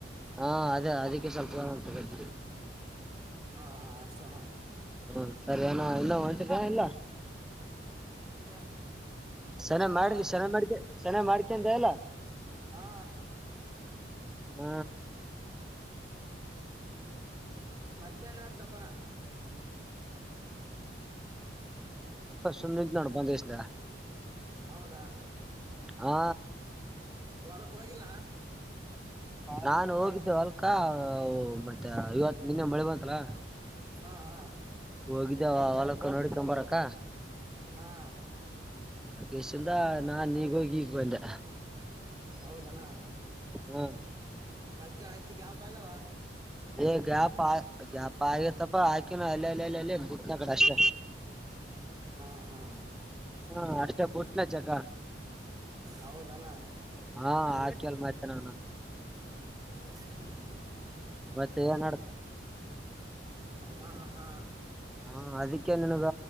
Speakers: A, in the centre; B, on the right (about 20°).
A: ಹಾ ಅದೇ ಅದಕ್ಕೆ ಸ್ವಲ್ಪ ಉಟ <inaudible>
B: ಹಾಂ ಅಷ್ಟೇ ಮಾಡೋ
A: ಹ್ಮ ಸರಿ ಅಣ್ಣ ಎಲ್ಲಾನು ಒಂಟಿದ್ಯ ಇಲ್ಲ
B: ಹಾ
A: ಸನೆ
B: ಹಾ
A: ಮಾಡಿದಿ ಸನೆ ಮಾಡ್ಕ ಸನೆ ಮಾಡ್ಕೊಂಡ ಇಲ್ಲ
B: ಹಾ
A: ಹ್ಮ
B: ಮತ್ತೆನಾಡ್ತಪ್ಪ
A: ಸುಳಿದ್ ನೋಡು ಬಂದಿದ್ದೀಯಾ
B: ಹೌದಾ
A: ಹಾ
B: ಹೊಲಕ್ಕೆ ಹೋಗಿಲ್ಲ
A: ನಾನು ಹೋಗಿದ್ದೆ ಒ ಲಕ್ಕ ಮತ್ತೆ ಇವತ್ತು ಇವತ್ತು ನಿನ್ನೆ ಮಳೆ ಬತ್ತಲ
B: ಹಾ ಹಾ
A: ಹೋಗಿದ್ದ ಅವಲಕ ನೋಡ್ಕೊಂಡ್ ಬರಕ್ಕ
B: ಹಾ
A: ಲೋಕೇಶ್ ಇಂದ ನಾನ್ ಈಗ ಹೋಗಿ ಈಗ್ ಬಂದೆ
B: ಹೌದಣ
A: ಹ್ಮ್
B: ಮತ್ತೆ ಹತ್ತು ಗ್ಯಾಪ್ ಆಗವಾ
A: ಎ ಗಪ ಆ ಗಪ ಆಗೈ ತ್ತಪ್ಪಾ ಹಾಕಿನಿ ಅಲ್ಲ ಅಲ್ಲ ಅಲ್ಲ ಅಲ್ಲ ಬಿಟ್ಟನ ಕಡೆ ಅಷ್ಟೇ
B: ಹಾ ಹಾ
A: ಹಾ ಅಷ್ಟೇ ಬುಟ್ ನ ಚಟನಾ
B: ಹೌದನ
A: ಹಾ ಆಕಲ್ ಮತೆ ನಾನು
B: ಹ
A: ಮತ್ತೆ ಏನ್ಡ್್ದಾ
B: ಹಾ ಹಾ
A: ಹಾ ಅದಕ್ಕೆ ನನ್ಗ